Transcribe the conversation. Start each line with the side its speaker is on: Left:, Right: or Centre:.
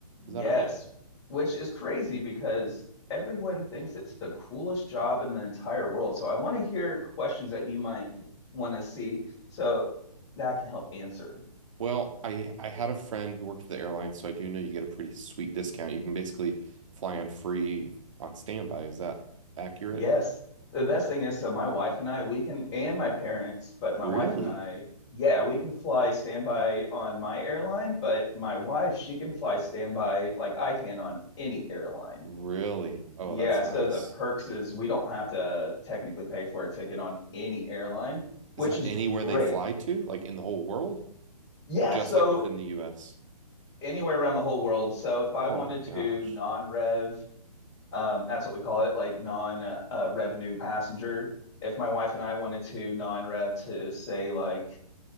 Right: Is
Left: Yes,
Right: that right?
Left: which is crazy because everyone thinks it's the coolest job in the entire world. So I want to hear questions that you might want to see so that I can help answer.
Right: Well, I I had a friend who worked for the airline, so I do know you get a pretty sweet discount. You can basically fly on free on standby. Is that accurate?
Left: Yes. The best thing is, so my wife and I, we can, and my parents, but my
Right: Really?
Left: wife and I, yeah, we can fly standby on my airline, but my wife, she can fly standby like I can on any airline.
Right: Really? Oh,
Left: Yeah,
Right: that's
Left: so
Right: nice.
Left: the perks is we don't have to technically pay for a ticket on any airline, which
Right: Is that
Left: is
Right: anywhere
Left: great.
Right: they fly to? Like in the whole world?
Left: Yeah,
Right: Or just
Left: so
Right: like within the US?
Left: anywhere around the whole world. So if I
Right: Oh
Left: wanted
Right: my gosh.
Left: to non-rev, um, that's what we call it, like non uh, uh, revenue passenger. If my wife and I wanted to non-rev to say like